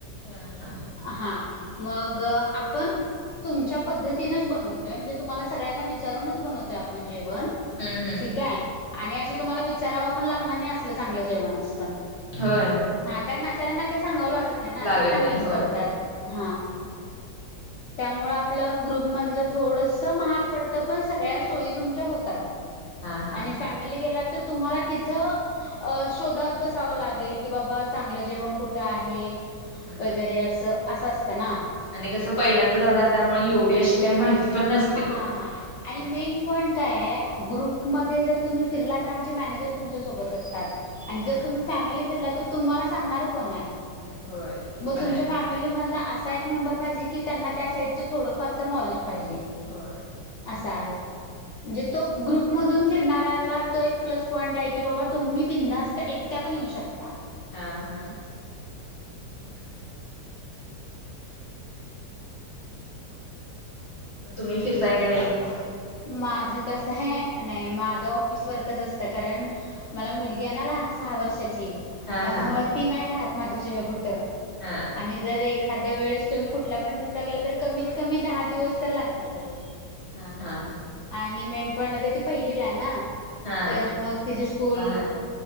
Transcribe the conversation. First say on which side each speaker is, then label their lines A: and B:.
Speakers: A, on the left; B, on the left.
A: हम्म, हा.
B: हा मग आपण तुमच्या पद्धतीनच बनव तोय म्हणजे तुम्हाला सगळ्यांना विचारूनच बनवतोय आपण जेवण
A: हम्म
B: ठीकाय. आणि
A: हम्म.
B: असं तुम्हाला विचारावं पण लागणार नाय असलं चांगलं जेवण असतं.
A: होय.
B: हा कारण आचाऱ्याना काय सांगावं लागत नाय ना
A: लागत
B: ते चांगलंच
A: नाही होय
B: करतात हा. त्यामुळ आपलं ग्रुपमधलं थोडस महाग पडतं पण सगळ्या सोयी तुमच्या होतात.
A: हा हा.
B: आणि फॅम -मेली गेला तर तुम्हाला तिथं, अ शोधत बसाव लागेल की बाबा चांगलं जेवण कुठं आहे?
A: हम्म
B: वगैरे असं असं असतं ना.
A: आणि कसं पहिल्यांदा जाणार त्यामुळ एवढी अशी काय माहिती पण नसते.
B: हा हा. आणि
A: हा
B: मेन पॉईंट काय आय ग्रुपमध्ये जर तुम्ही फिरला तर आमचे मॅनेजर तुमच्यासोबत असतात. आणि
A: हा
B: जर तुम्ही फॅमिली फिरला तर तुम्हाला सांगणारं कोण आय?
A: नाही होय ते
B: मग
A: पण
B: तुमच्या
A: आहे
B: फॅमिलीमधला आस सा एक मेंबर पाहिजे की, त्यांना त्या साईडच थोडफार तर नॉलेज पाहिजे.
A: होय.
B: आसं आहे. म्हणजे तों ग्रुप मधून फिरणाऱ्याला तो एकं प्लसं पॉईंट हाय की बाबा तुम्ही बिनधास ऐकट्या पणं येऊ शकतात.
A: हा हा, हम्म. तुम्हींअ फिरतायं कायं?.
B: <unintelligible>
A: -
B: माझं कसं आहे, नाही माझं ऑफिस वर्कचं असच. - तं कारणं मला मुलगी आहे, नां लहानं सहा वर्षाची
A: हा
B: त्यामुळे.
A: हा
B: - तीं नाही राहातं, माझ्याशिवाय कुठं अं. -
A: हाअ
B: आणि जर्ं एखाद्या वेळेसं तुम्ही कुठलां पण ट्रीप गेलासं तर् कमीत- कमी दहां दिवस तर् लागतातचं. -
A: <inaudible>
B: आणि मेणपड तर्ं ती पहिलीला आहे नां. -
A: हा
B: तरं मगं तिची स्कूल
A: लहान